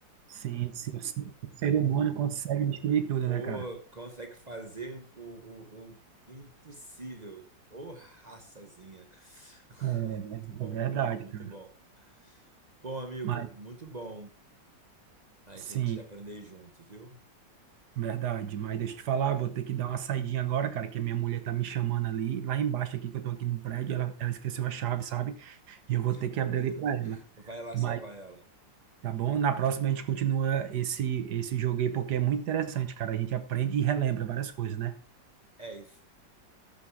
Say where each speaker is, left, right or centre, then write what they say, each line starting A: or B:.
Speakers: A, on the right; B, on the right.
A: sim, sim, sim. o ser humano consegue destruir tudo,
B: Pô,
A: né, cara?
B: consegue fazer o, o, o impossível. Ô, raçazinha. <laughs>
A: É,
B: Muito bom,
A: é verdade,
B: amigo, muito
A: cara.
B: bom. Bom, amigo,
A: Mas,
B: muito bom a
A: sim,
B: gente aprender junto, viu?
A: verdade. Mas deixa eu te falar, vou ter que dar uma saidinha agora, cara, que a minha mulher tá me chamando ali, lá embaixo aqui, que eu tô aqui no prédio, ela, ela esqueceu a chave, sabe? E eu vou
B: Tá
A: ter
B: bom.
A: que abrir
B: <laughs>
A: ali para ela.
B: Vai lá
A: Mas
B: salvar ela.
A: Tá bom? Na próxima a gente continua esse, esse jogo aí, porque é muito interessante, cara. A gente aprende e relembra várias coisas, né?
B: É isso.